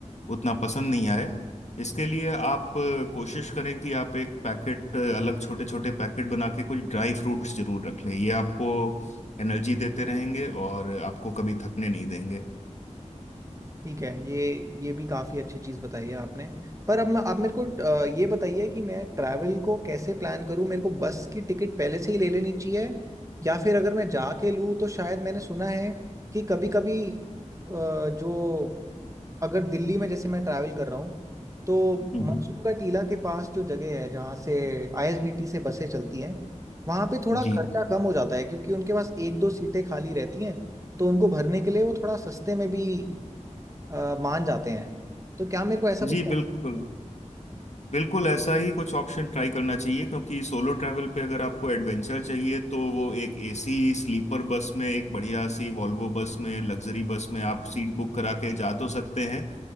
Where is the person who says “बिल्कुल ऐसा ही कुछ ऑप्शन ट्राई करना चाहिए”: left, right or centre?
Left